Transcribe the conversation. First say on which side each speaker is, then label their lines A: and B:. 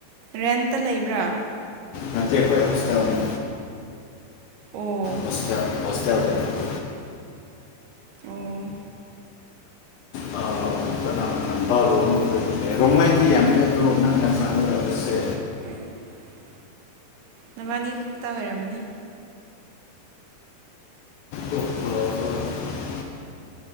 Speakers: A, on the right; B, on the left.
A: ꯔꯦꯟꯇ ꯂꯩꯕ꯭ꯔꯥ꯫
B: ꯅꯠꯇꯦ ꯈꯣꯏ ꯍꯣꯁꯇꯦꯜꯅꯦ
A: ꯑꯣ
B: ꯍꯣꯁꯇꯦꯜ ꯍꯣꯁ <unintelligible>
A: ꯑꯣ
B: ꯑ ꯀꯅꯥ ꯄ <unintelligible> ꯔꯣꯃꯩꯗꯤ ꯌꯥꯝꯃꯦ ꯑꯗꯨ ꯅꯪꯅ ꯈꯪꯅꯗꯕꯁꯦ
A: <inaudible> ꯅꯕꯥꯟꯅꯤ ꯈꯛꯇ ꯑꯣꯏꯔꯝꯃꯅꯤ꯫
B: ꯣ <unintelligible>